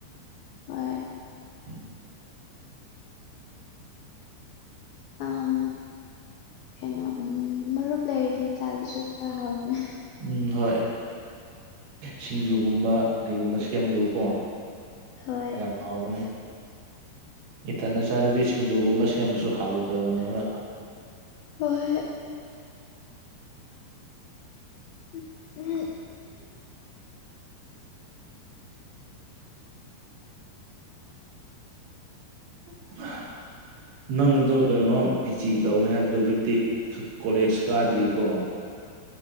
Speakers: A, on the left (about 80°); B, on the right (about 70°).
A: ꯍꯣꯏ
B: ꯎꯝ
A: ꯑꯝ ꯀꯩꯅꯣ ꯃꯔꯨꯞ ꯂꯩꯔꯗꯤ ꯆꯥꯕꯁꯨ ꯈꯔ ꯍꯥꯎꯕꯅꯦ
B: ꯎꯝ ꯍꯣꯏ ꯁꯤꯡꯖꯨꯒꯨꯝꯕ ꯀꯔꯤꯒꯨꯝꯕ ꯁꯦꯝꯕꯗꯣꯀꯣ
A: ꯍꯣꯏ
B: ꯌꯥꯝ ꯍꯥꯎꯕꯅꯦ ꯏꯊꯟꯅ ꯆꯥꯔꯗꯤ ꯁꯤꯡꯖꯨꯒꯨꯝꯕ ꯁꯦꯝꯕꯁꯨ ꯍꯥꯎꯗꯕꯅꯦꯕ
A: ꯍ ꯍꯣꯏ <unintelligible>
B: <unintelligible> ꯅꯪꯗꯣ ꯀꯩꯅꯣ ꯄꯤ ꯖꯤ ꯇꯧꯅꯤ ꯍꯥꯏꯕꯗꯣ ꯍꯧꯖꯤꯛꯇꯤ ꯀꯣꯂꯦꯖ ꯀꯥꯗ꯭ꯔꯤꯀꯣ